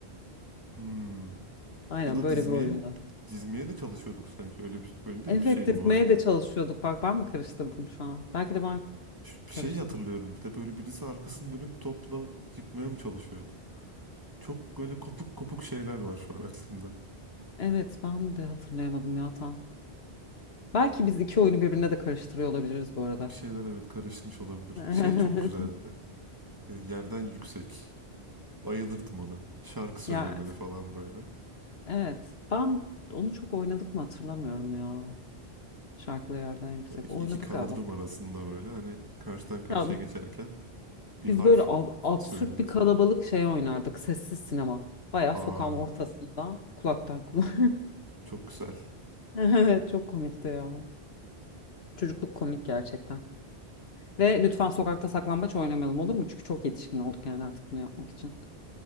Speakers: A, on the right; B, on the left.
A: Hmm.
B: Aynen
A: Ya da
B: böyle
A: dizmeye
B: bir oyunda.
A: mi? Dizmeye de çalışıyorduk sanki. Öyle bir öyle de
B: Evet
A: bir şey mi
B: dizmeye
A: vardı?
B: de çalışıyorduk. Bak ben mi karıştırdım şu an? Belki de ben
A: Ş- Bir
B: karıştım.
A: şey hatırlıyorum. Bir de böyle birisi arkasını dönüp topla yıkmaya mı çalışıyordu? Çok böyle kopuk kopuk şeyler var şu an aklımda.
B: Evet ben de hatırlayamadım ya tam. Belki biz iki oyunu birbirine de karıştırıyor olabiliriz bu arada.
A: Bir şeyler evet karışmış olabilir.
B: <laughs>
A: Şey çok güzeldi. E, yerden yüksek. Bayılırdım ona. Şarkı söylemeli
B: Ya
A: falan böyle.
B: evet ben onu çok oynadık mı hatırlamıyorum ya. Şarkılı yerden yüksek.
A: İki,
B: Oynadık
A: iki kaldırım
B: galiba.
A: arasında böyle hani karşıdan karşıya
B: Ya
A: geçerken bir
B: Biz
A: harf
B: böyle ab- absürt
A: söyleyip
B: bir kalabalık
A: falan.
B: şey oynardık. Sessiz sinema. Bayağı
A: Aa
B: sokağın ortasında kulaktan kulağa. <laughs>
A: çok güzel.
B: Evet çok komikti ya. Çocukluk komik gerçekten. Ve lütfen sokakta saklambaç oynamayalım olur mu? Çünkü çok yetişkin olduk yani artık bunu yapmak için.